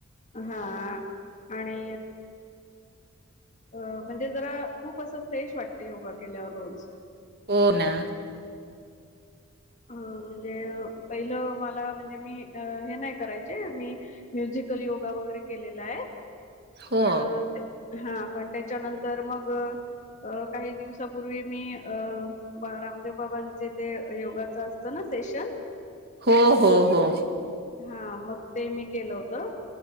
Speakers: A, on the left (about 35°); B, on the right (about 50°).
A: हां आणि अ म्हणजे जरा खूप असं फ्रेश वाटतंय योगा केल्यावर रोज.
B: हो ना.
A: अ म्हणजे पहिलं मला म्हणजे मी हे नाही करायचे मी म्युझिकल योगा वगैरे केलेला आहे
B: हो
A: पण हां पण त्याच्यानंतर मग अ काही दिवसापूर्वी मी अ रामदेव बाबांचे ते योगा च असतो ना सेशन
B: हो हो हो.
A: हां मग ते मी केलं होतं.